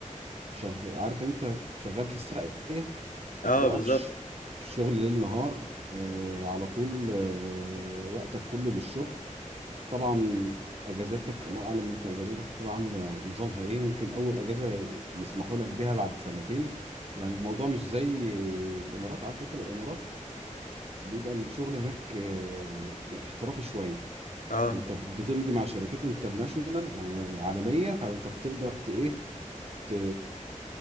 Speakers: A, on the right; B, on the left.
A: شغال عارف انت شغال في الساقية ما
B: اه
A: بتقفش
B: بالظبط
A: الشغل ليل نهار آه على طول آه وقتك كله للشغل طبعا اجازاتك الله اعلم انت اجازاتك هتبقى عامله نظامها ايه ممكن اول اجازه يسمحوا لك بيها بعد سنتين يعني الموضوع مش زي الامارات على فكره الامارات بيبقى الشغل هناك آه، يعني احترافي شويه
B: اه
A: انت بتمضي مع شركات انترناشونال يعني عالميه فانت بتقدر ت- ايه ت-